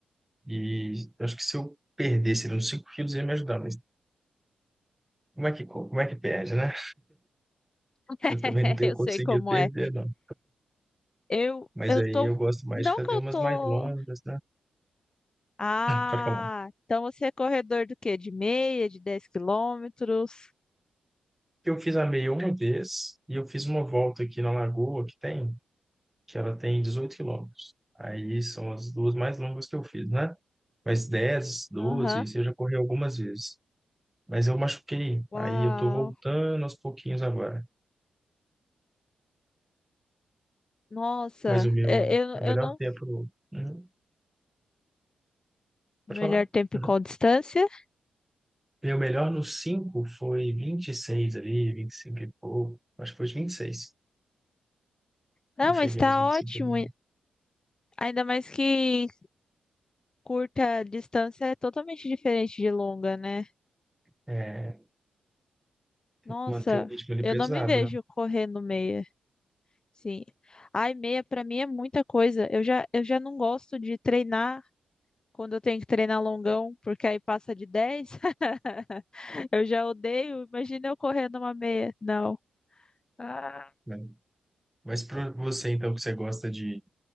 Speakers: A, in the centre; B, on the left (about 25°).
A: E eu acho que se eu perdesse ali uns 5 quilos, ia me ajudar. Mas como é que, co- como é que perde, né?
B: <laughs>
A: Eu também não tenho
B: Eu
A: conseguido
B: sei como
A: perder,
B: é.
A: não.
B: Eu,
A: Mas
B: eu
A: aí
B: tô.
A: eu
B: um-
A: gosto mais
B: Não
A: de fazer
B: que eu
A: umas
B: tô.
A: mais longas, né?
B: Ah,
A: Pode falar.
B: então você é corredor do quê? De meia, de 10 quilômetros?
A: Eu fiz a meia uma vez e eu fiz uma volta aqui na lagoa que tem, que ela tem 18 quilômetros. Aí são as duas mais longas que eu fiz, né? Mas 10, 12,
B: Aham.
A: isso eu já corri algumas vezes. Mas eu machuquei,
B: Uau.
A: aí eu tô voltando aos pouquinhos agora.
B: Nossa,
A: Mas o meu,
B: é, eu,
A: meu
B: eu
A: melhor
B: não.
A: tempo. Uhum, Pode
B: Melhor
A: falar?
B: tempo
A: <laughs>
B: e qual distância?
A: Meu melhor no 5 foi 26 ali, 25 e cinco e pouco. Acho que foi os 26.
B: Não,
A: Não cheguei
B: mas tá
A: nos 25
B: ótimo.
A: ali.
B: e- Ainda mais que curta distância é totalmente diferente de longa, né?
A: É,
B: Nossa,
A: tem que manter o ritmo ali
B: eu
A: pesado,
B: não me vejo correndo meia. Sim. Ai, meia pra mim é muita coisa. Eu já, eu já não gosto de treinar quando eu tenho que treinar longão, porque aí passa de 10. <laughs> Eu já odeio. Imagina eu correndo uma meia. Não. Ah,
A: né? Mas para você, então, que você gosta de,